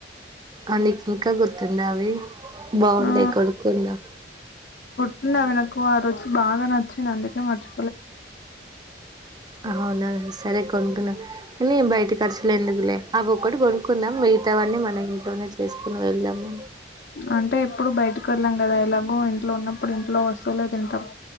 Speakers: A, on the right; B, on the left.
A: ఆ నీకు ఇంకా గుర్తుందా అవి బాగుంటాయి
B: ఆ
A: కొనుకుందాం
B: ఉన్నది నాకు ఆ రోజు బాగా నచ్చింది అందుకే మర్చి
A: అవునా సరే కొనుకుందాం అన్ని బయట ఖర్చులే ఎందుకులే అ ఒక్కటి కొనుక్కుందాం మిగతావన్నీ మన ఇంట్లోనే చేసుకుని వెళ్దాము
B: అంటే ఎప్పుడు బయటకి వెళ్ళాం కదా ఇలాగో ఇంట్లో ఉన్నప్పుడు ఇంట్లో వస్ అసలే తింటాం